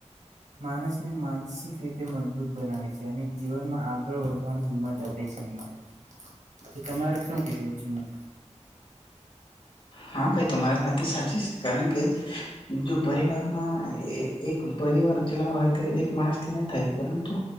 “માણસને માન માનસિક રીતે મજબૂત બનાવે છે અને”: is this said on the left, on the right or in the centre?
Right